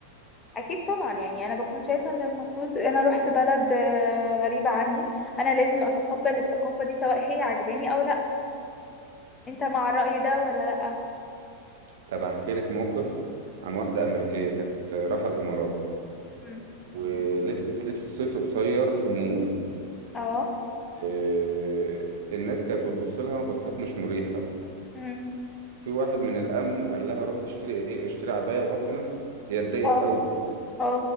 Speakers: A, on the left; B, on the right.
A: اكيد طبعا يعني انا بكون شايفة ان المفروض انا رحت بلد آه، غريبة عني انا لازم اتقبل الثقافة دي سواء هي عجباني او لا انت مع الرأي ده ولا لا
B: طب هحكي لك موقف عن واحدة أمريكية كانت رايحة الإمارات
A: امم
B: ولبست لبس صيفي قصير في مول
A: اه
B: إيه، الناس كانت بتبص لها بصات مش مريحة
A: امم
B: وفي واحد من الأمن قال لها روح تشتري إيه اشتري عباية وغطي نفسك هي اتضايقت
A: اه
B: قوي
A: اه